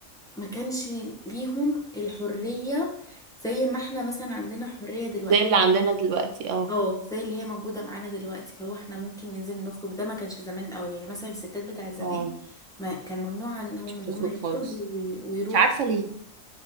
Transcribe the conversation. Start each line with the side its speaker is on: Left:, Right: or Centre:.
Centre: ما كانش ليهم الحرية زي ما احنا مثلا عندنا حرية دلوقتي
Right: زي اللي عندنا دلوقتي اه
Centre: اه زي اللي هي موجودة معانا دلوقتي اللي هو احنا ممكن ننزل نخرج ده ما كانش زمان الأول يعني مثلا الستات بتاع زمان
Right: اه
Centre: ما كان ممنوع عنهم
Right: مش بتخرج
Centre: ان هم يخرجوا
Right: خالص
Centre: وي- ويروحوا
Right: مش عارفة ليه